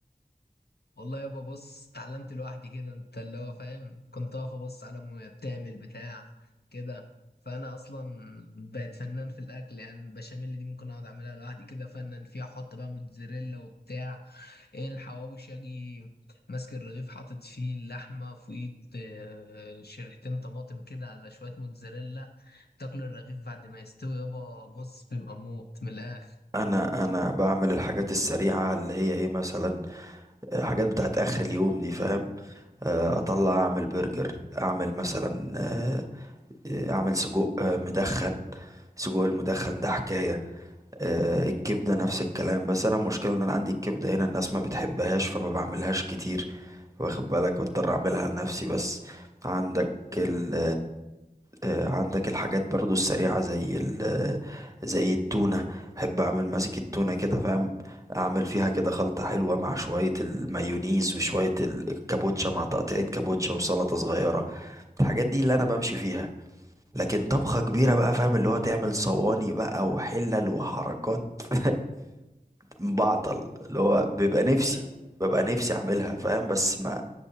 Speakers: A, on the left; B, on the right.
A: والله يابا بص اتعلمت لوحدي كده انت اللي هو فاهم كنت واقف ابص على امي وهي بتعمل بتاع كده فانا اصلا بقيت فنان في الاكل يعني البشاميل دي ممكن اقعد اعملها لوحدي كده فنان فيها احط بقى موتزاريلا وبتاع ايه الحواوشي اجي ماسك الرغيف حاطط فيه اللحمه فوقيه اه، شريحتين طماطم كده على شويه موتزاريلا تاكل الرغيف بعد ما يستوي يابا بص بيبقى موت من الاخر
B: انا انا بعمل الحاجات السريعة اللي هي ايه مثلا آه، حاجات بتاعت اخر اليوم دي فاهم آه، اطلع اعمل برجر اعمل مثلا آه، آه، اعمل سجق آه، مدخن سجق المدخن ده حكاية آه، الكبدة نفس الكلام بس انا المشكلة ان انا عندي الكبدة هنا الناس ما بتحبهاش فما بعملهاش كتير واخد بالك بضطر اعملها لنفسي بس عندك ال آه، عندك الحاجات برضو السريعة زي ال آه، زي التونة احب اعمل ماسك التونة كده فاهم اعمل فيها كده خلطة حلوة مع شوية المايونيز وشوية ال- الكابوتشا مع تقطيعة كابوتشا وسلطة صغيرة الحاجات دي اللي انا بمشي فيها لكن طبخة
A: طب
B: كبيرة بقى فاهم اللي هو تعمل صواني بقى وحلل وحركات <laughs> بعطل اللي هو بيبقى
A: اقول
B: نفسي
A: لك
B: ببقى نفسي اعملها
A: طب
B: فاهم بس ما